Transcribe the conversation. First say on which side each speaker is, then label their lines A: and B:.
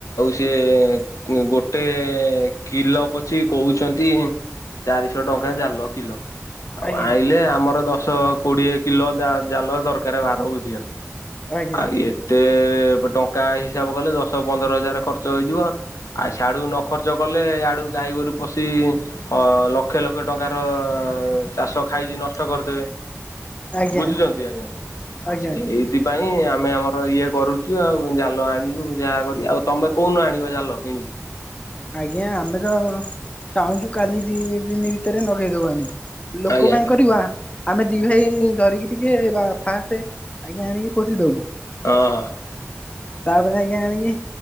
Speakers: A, on the left; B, on the left.
A: ଇଏ କୁଁ ଗୋଟେ କିଲ ପଛିକି କୋହୁଛନ୍ତି ଚାରିଶ ଟଙ୍କା ଜାଲ କିିଲ। ଆଉ
B: ଆଜ୍ଞା
A: ଆଇଲେ ଆମର ଦଶ କୋଡିଏ କିଲ ଦା ଜାଲ ଦରକାରେ ବାର ବୁଜିିବାକୁ।
B: ଆଜ୍ଞା
A: ଆଉ ଏତେ ପ ଟଙ୍କା ହିସାବ କଲେ ଦଶ ପନ୍ଦର ହଜାରେ ଖର୍ଚ୍ଚ ହେଇଯିବ। ଆଉ ସ୍ୟାଡ଼ୁକୁ ନ ଖର୍ଚ୍ଚ କଲେ ୟାଡ଼ୁକୁ ଗାଈଗୋରୁ ପଶିକି ହ ଲକ୍ଷେ ଲକ୍ଷେ ଟଙ୍କାର ଚାଷ ଖାଇକି ନଷ୍ଟ କରିଦେବେ
B: ଆଜ୍ଞା
A: ବୁଝୁଚନ୍ତି ଆଜ୍ଞା ଆ
B: ଆଜ୍ଞା
A: ସେଇଥି ପାଇଁ ଆମେ ଆମର ଇଏ କରୁଚୁ ଆଉ ଜାଲ ଆଣିଲୁ ଯାହା କରି ଆଉ ତମେ କୋଉ ଦିନ ଆଣିବ ଜାଲ? କିଣିକି।
B: ଆଜ୍ଞା ଆମେ ତ ଚାହୁଁଚୁ କାଲି ଦି ଦିନି ଭିତରେ ଲଗେଇଦୋବୁ ଆଣିକି। ଲୋକ
A: ଆଜ୍ଞା
B: ପାଇଁ କରିବା। ଆମେ ଦି ଭାଇ ଧରିକି ଟିକେ ବା ଫାଷ୍ଟେ ଆଜ୍ଞା ଆଣିକି ପୋତି ଦୋବୁ।
A: ହଁ ହଁ।
B: ତାପରେ ଆଜ୍ଞା ଆଣିକି